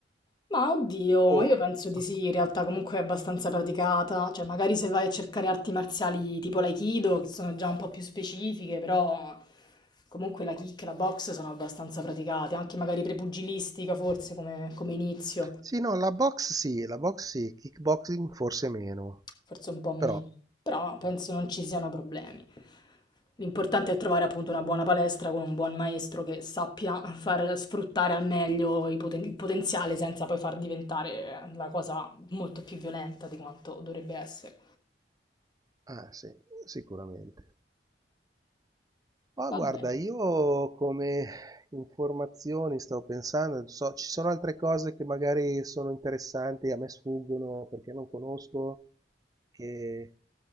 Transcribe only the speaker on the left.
Ma oddio,
io penso di
sì, in realtà comunque è abbastanza praticata, cioè magari se vai a cercare arti marziali tipo l'aikido, che sono già un po' più specifiche, però comunque la kick e la box sono abbastanza praticate, anche magari prepugilistica forse come, come inizio.
forse un po' meno,
però penso
non ci siano problemi. L'importante è trovare appunto una buona palestra con un buon maestro che sappia far sfruttare al meglio i poten- il potenziale senza poi far diventare la cosa molto più violenta di quanto dovrebbe essere.
Va bene,